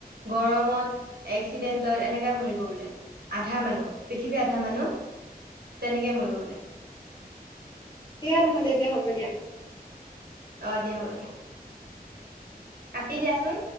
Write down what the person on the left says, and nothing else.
দিয়া নহলে, দিয়া হ'ব দিয়া।